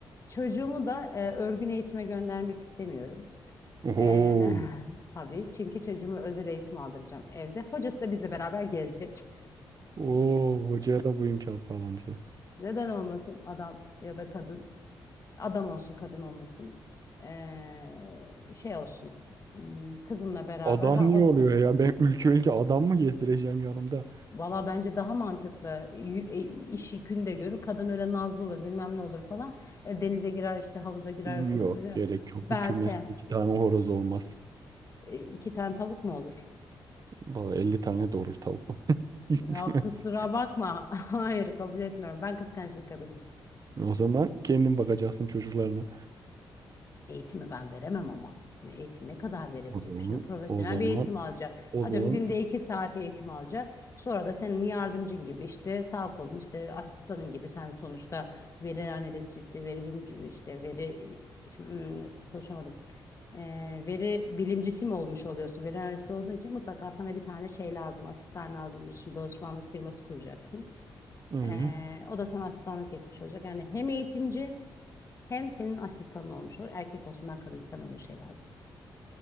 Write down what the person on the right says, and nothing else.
Oo,
oo, hocaya da bu imkan sağlanacak.
Adam
niye
oluyor ya? Ben ülke ülke adam mı gezdireceğim yanımda?
Yok,
gerek yok.
Bir kümeste iki tane horoz olmaz.
Valla 50 tane doğurur tavuk. <laughs> Bir
Kümes.
O zaman kendin bakacaksın çocuklarına.
O zaman,
o zaman,
o
zaman.
Ee?